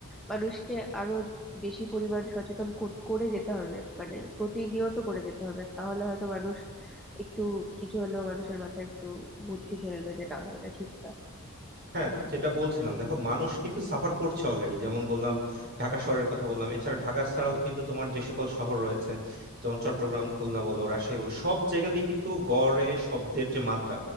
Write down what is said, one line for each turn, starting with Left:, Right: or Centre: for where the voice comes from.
Centre: মানুষকে আরো বেশি পরিমাণ সচেতন কর- করে যেতে হবে মানে প্রতিনিয়ত করে যেতে হবে তাহলে হয়তো মানুষ একটু কিছু হলেও মানুষের মাথায় একটু বুদ্ধি খেলবে যে না এটা ঠিক না
Right: হ্যাঁ যেটা বলছিলাম দেখো মানুষ কিন্তু সাফার করছে অলরেডি যেমন বললাম ঢাকা শহরের কথা বললাম এছাড়া ঢাকা ছাড়াও কিন্তু তোমার যে সকল শহর রয়েছে যেমন চট্টগ্রাম খুলনা বলো রাজশাহী বলো সব জায়গাতেই কিন্তু গড়ে শব্দের যে মাত্রা